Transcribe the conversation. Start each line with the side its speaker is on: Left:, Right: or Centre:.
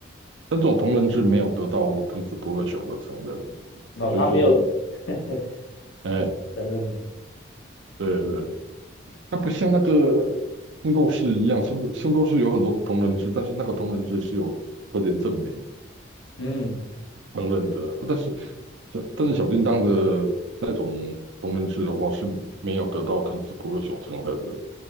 Right: 但这种同人志没有得到藤子不二雄的承认，
Left: 那、
Right: 就是说，
Left: 他没有 <laughs>
Right: 哎，
Left: 承认的，
Right: 对对，它不像那个圣斗士一样，圣圣斗士有很多同人志，但是那个同人志是有特点证明
Left: 嗯
Right: 承认的，啊但是。小但是小叮当的那种烹人师的话是没有得到汤匙不二熊承认的。